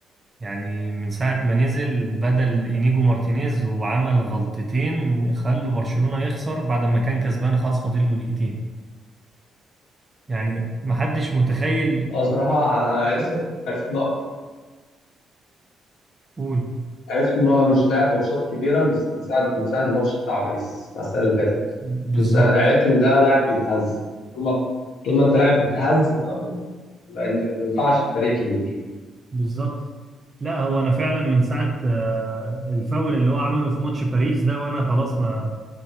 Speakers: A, on the right (about 30°); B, on the left (about 80°).
A: يعني من ساعة ما نزل بدل إنيجو مارتينيز وعمل غلطتين خلوا برشلونة يخسر بعد ما كان كسبان خلاص فاضل له دقيقتين يعني محدش متخيل
B: اه صراحه انا انا عرفت عرفت ان هو-
A: قول
B: عرفت ان هو مش لاعب ماتشات كبيره من من ساعه من ساعه الماتش بتاع باريس بتاع السنه اللي فاتت
A: بالظبط
B: من ساعة- عرفت ان ده لاعب بيتهز طول ما طول ما انت لاعب بتتهز لا انت ما تنفعش في فريق كبير
A: بالظبط لا هو انا فعلا من ساعه آه، الفاول اللي هو عمله في ماتش باريس ده وانا خلاص ما